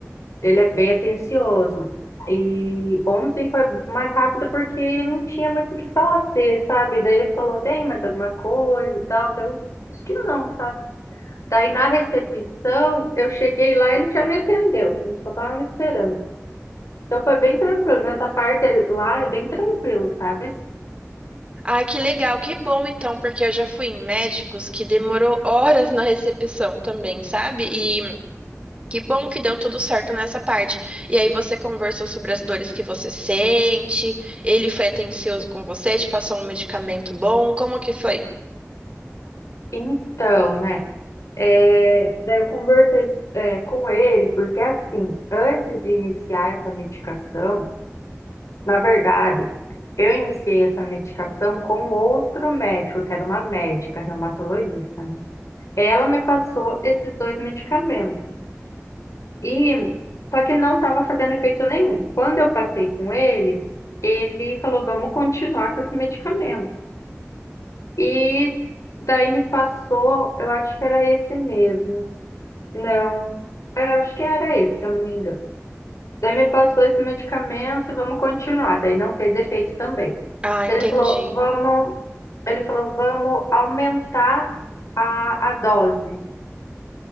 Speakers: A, on the left; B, on the right.
A: Ele é bem atencioso. E ontem foi mais rápido porque não tinha muito o que fazer, sabe? Daí ele falou, tem mais alguma coisa e tal. Daí Eu disse que não, sabe? Daí na recepção, eu cheguei lá e ele já me atendeu. Ele só tava me esperando. Então foi bem tranquilo. Nessa parte lá é bem tranquilo, sabe?
B: Ai, que legal, que bom então, porque eu já fui em médicos que demorou horas na recepção também, sabe? E que bom que deu tudo certo nessa parte. E aí você conversou sobre as dores que você sente, ele foi atencioso com você, te passou um medicamento bom, como que foi?
A: Então, né? É, daí eu conversei, é, com ele, porque assim, antes de iniciar essa medicação, Na verdade, eu iniciei essa medicação com outro médico, que era uma médica reumatologista, né? Ela me passou esses dois medicamentos. E só que não estava fazendo efeito nenhum. Quando eu passei com ele, ele falou: "Vamos continuar com esse medicamento". E daí me passou, eu acho que era esse mesmo. Não, é, eu acho que era esse, se eu não me engano. Daí me passou esse medicamento, vamos continuar. Daí não fez efeito também.
B: Ah,
A: Daí
B: entendi.
A: ele falou, vamos, ele falou, vamos aumentar a, a dose,